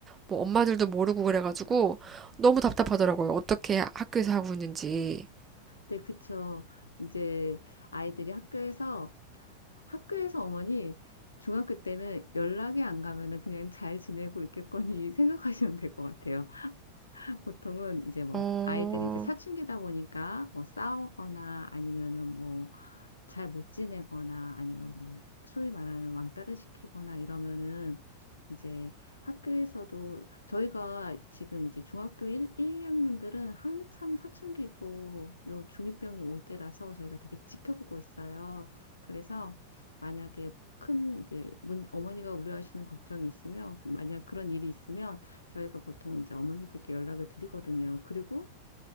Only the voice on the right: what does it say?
뭐 엄마들도 모르고 그래가지고 너무 답답하더라고요. 어떻게 학교에서 하고 있는지.
어,